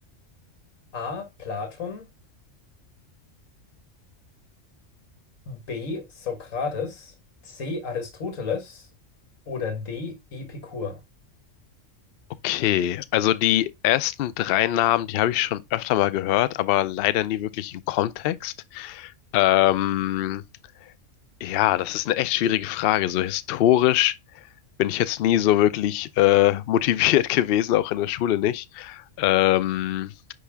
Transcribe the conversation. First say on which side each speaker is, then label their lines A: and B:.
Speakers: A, on the left; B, on the left.
A: A. Platon, B. Sokrates, C. Aristoteles oder D. Epikur.
B: Okay, also die ersten drei Namen, die habe ich schon öfter mal gehört, aber leider nie wirklich im Kontext. Ähm, ja, das ist eine echt schwierige Frage. So historisch bin ich jetzt nie so wirklich äh, <laughs> motiviert gewesen, auch in der Schule nicht. Ähm,